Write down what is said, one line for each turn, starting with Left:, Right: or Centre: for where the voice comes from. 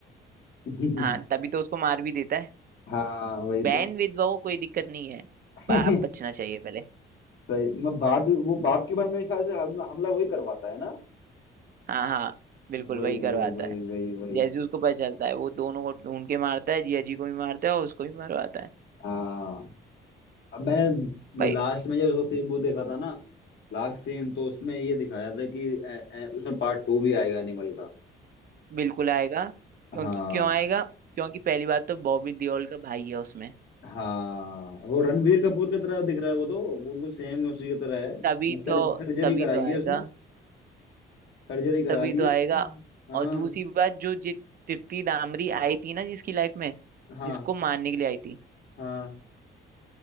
Left: <laughs>
Right: हाँ तभी तो उसको मार भी देता है
Left: हाँ वही
Right: बैन
Left: तो
Right: विधवा को कोई दिक्कत नहीं है
Left: <laughs>
Right: बाप बचना चाहिए पहले
Left: सही मैं बाप भी वो बाप के बारे में मेरे ख्याल से हमला हमला वही करवाता है ना
Right: हाँ हाँ बिल्कुल
Left: वही
Right: वही करवाता
Left: वही वही
Right: है
Left: वही वही
Right: जैसे ही उसको पता चलता है वो दोनों को ढूंढ के मारता है जिया जी को भी मारता है और उसको भी मारवाता है
Left: हाँ अब मैंने
Right: भाई
Left: वो लास्ट में जब उसको सीन वो देखा था ना लास्ट सीन तो उसमें ये दिखाया था कि ए, ए, उसमें पार्ट टू भी आएगा एनिमल का
Right: बिल्कुल आएगा क्योंकि
Left: हाँ
Right: क्यों आएगा क्योंकि पहली बात तो बॉबी देओल का भाई है उसमें
Left: हाँ वो रणबीर कपूर की तरह दिख रहा है वो तो वो बिल्कुल सेम उसी की तरह है
Right: तभी
Left: सर
Right: तो
Left: सर्जरी
Right: तभी
Left: कराई
Right: तो आएगा
Left: है उसने सर्जरी करा
Right: तभी
Left: ली
Right: तो
Left: है
Right: आएगा
Left: उसने हाँ
Right: और दूसरी बात जो जि- तृप्ति दामरी आई थी ना जिसकी लाइफ में
Left: हाँ
Right: जिसको मारने के लिए आई थी
Left: हाँ